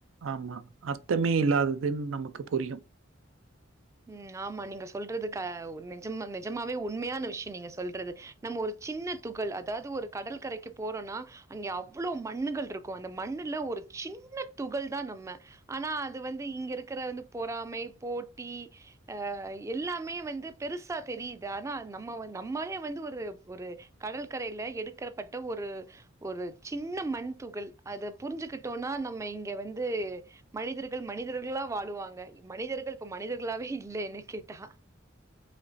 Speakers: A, on the right (about 80°); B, on the right (about 15°).
A: ஆமா அர்த்த மே இல்லாததுன் நமக்கு புரியு
B: உம் ஆமா நீங்க சொல்றது க நிஜம்மா நிஜமாவே உண்மயான விஷ்யோ நீங்க சொல்றது நம்ம ஒரு சின்ன துகள் அதாவது ஒரு கடல்கரைக்கு போறோனா அங்க அவ்ளோ மண்ணுகள் இருக்கூ அந்த மண்ணுல ஒரு சின்ன துகள் தா நம்ம ஆனா அது வந்து இங்க இருக்கிற வந்து பொறாமை போட் டி அஹ் எல்லாமே வந்து பெருசா தெரியுது ஆனா நம்ம நம்மலே வந்து ஒரு ஒரு கடல்கரைல எடுக்கப்பட்ட ஒரு ஒரு சின்ன மண் துகள் அத புரிஞ்சிகிட்டோனா நம்ம இங்க வந்து மனிதர்கள் மனிதர்களா வாழ்வாங்க மனிதர்கள் இப்ப மனிதர்களாவே இல்ல என்ன கேட்டா